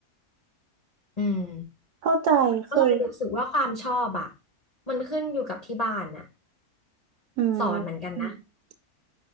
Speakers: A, on the left; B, on the right.
A: อืม
B: เข้าใจคือ
A: ก็เลยรู้สึกว่าความชอบอ่ะมันขึ้นอยู่กับที่บ้านน่ะ
B: อื
A: สอนเหมือนกันนะ
B: ม